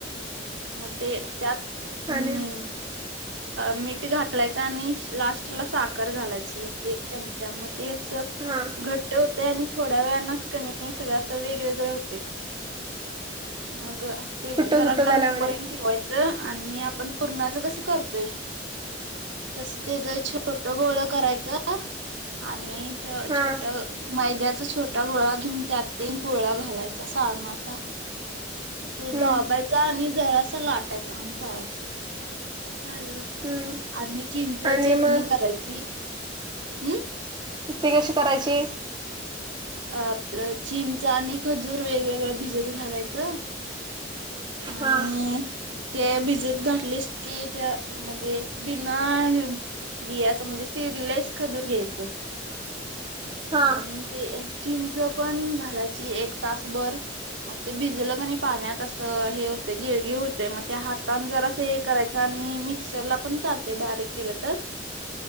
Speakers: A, on the right; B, on the right.
A: म ते त्यात.
B: कान
A: हम्म
B: <inaudible>
A: मीठ घालायच आणि लास्ट ला साखर घालायची एक चमचा मग ते. अस
B: हा
A: घट्ट होत आणि थोड्या वेळनाच कणी सगळं अस वेगवेगळं होते. मग ते
B: सुट्ट
A: जरा
B: सुट्ट झाल्यावाणी
A: गार होपर्यंत ठेवायचं. आणि आपण पूर्णाच कसं करतोय. तस तेच छोट गोळ करायचं आणि
B: हा
A: छोट्या मैद्यात छोटा गोळा घेऊन त्यात गोळा घालायचा सारणाचा.
B: हम्म
A: तो दाबायचा आणि जरासा लाटायचा आणि तळायचा. चाल
B: हम्म
A: आणि चिंच
B: आणि
A: चटणी
B: मग
A: करायची हम्.
B: ते कशी करायची.
A: आपलं चींच आणि खजूर वेगवेगळं भिजत घालायचं. आणि
B: हा
A: ते भिजत घातलेस की त्या म्हणजे बिना बियाचं म्हणजे स्लीवलेस खजूर घ्यायचं.
B: हा
A: आणि ते चिंच पण घालायची एक तासभर मग ते भिजलं क आणि पाण्यात असं हे होतं गिळगी होतेय मग त्या हातान जर असं हे करायचं. आणि मिक्सर ला पण चालतय बारीक केलं तर